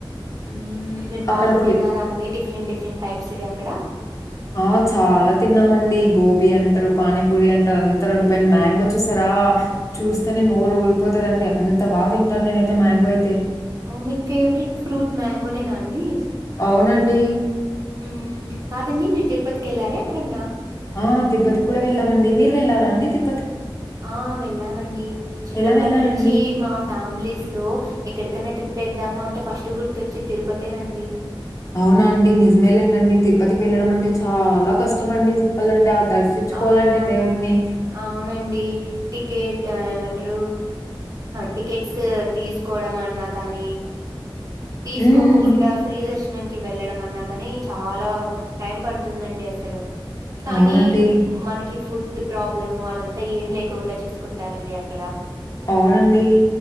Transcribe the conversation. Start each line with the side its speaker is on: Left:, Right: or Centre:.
Right: హ్మ్ మీరు
Left: అక్కడ
Right: బాగా
Left: పులి
Right: తిన్నారా అండి డిఫరెంట్ డిఫరెంట్ టైప్ స్వి అక్కడ
Left: ఆ చాలా తిన్నామండి గోబీ అంటారు పానీపూరి అంటారు అంతా రోడ్డుపైన మ్యాంగో చూసారా చూస్తేనే నోరు ఊర్పోతదండి అంత బాగా తింటాను నేనైతే మ్యాంగో అయితే
Right: మీకు ఫేవరెట్ ఫ్రూట్ మ్యాంగోనేనా అండి
Left: అవునండి
Right: హ్మ్ కాదండి మీరు తిరుపతికి ఎళ్లారా ఎప్పుడన్నా
Left: ఆ తిరుపతికి కూడా వెళ్ళామండి మీరు వెళ్లారా అండి తిరు
Right: ఆ వెళ్ళామండి చిన్నప్పటి
Left: ఎలా వెళ్లారండి?
Right: నుంచి మా ఫ్యామిలీస్ లో ఎక్కడికైన్నా ట్రిప్ ఎద్దాము అంటే ఫస్ట్ గుర్తోచ్చేది తిరుపతేనండి
Left: అవునా అండి నిజమే లేండండి తిరుపతికి వెళ్ళడం అంటే చాలా కష్టమండి చెప్పాలంటే ఆ దర్శించుకోవాలంటే
Right: ఆ!
Left: దేవుణ్ణి
Right: హ్మ్. అవునండి టికెట్ ఏమంటారు టికెట్స్ తీసుకోవడం అన్నా కానీ తీసుకోకుండా
Left: హ్మ్.
Right: ఫ్రీ దర్శనం కి వెళ్ళడం అన్నా కాని చాలా టైం పడుతుందండి అసలు కానీ
Left: అవునండి.
Right: మనకి ఫుడ్ ప్రాబ్లం అదంతా ఏం లేకోకుండా చూసుకుంటారండి అక్కడ
Left: అవునండి